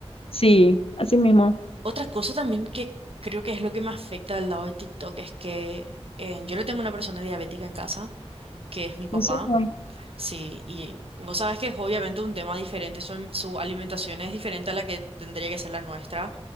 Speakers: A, on the left (about 60°); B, on the right (about 60°).
A: Sí, así mismo.
B: Otra cosa también que creo que es lo que me afecta del lado de TikTok es que eh, yo le tengo una persona diabética en casa, que es mi papá,
A: ¿En serio?
B: sí, y vos sabés que es obviamente un tema diferente, su, su alimentación es diferente a la que tendría que ser la nuestra,